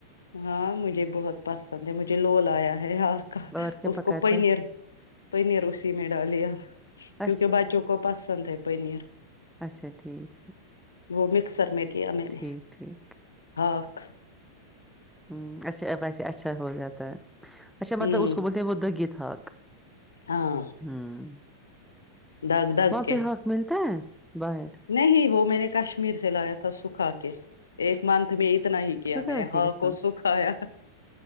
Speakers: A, on the left; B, in the centre.
A: ہاں مجھے بہت پسند ہے مجھے لول آیا ہے ہاں
B: اور کیا
A: اس
B: پکایا
A: کو پیر
B: تھا
A: پیر اسی میں ڈالیا
B: بس
A: کیونکہ بچوں کو کو پسند ہے پنیر
B: اچھا ٹھیک
A: وہ مکسر میں کیا میں نے
B: ٹھیک ٹھیک
A: ہااک
B: ہمم اچھا ویسے اچھا ہو جاتا ہے اچھا
A: ہوں
B: مطلب اس کو بولتے ہیں وہ دگی تھاک
A: ہاں
B: ہمم
A: دگ دگ
B: وہاں
A: کے
B: پہ ہااک ملتا ہے باہر
A: نہیں وہ میں نے کشمیر سے لایا تھا سکھا کے ایک منتھ میں اتنا ہی کیا
B: خدا
A: میں نے
B: کی
A: ہا اک
B: قسم
A: کو سکھایا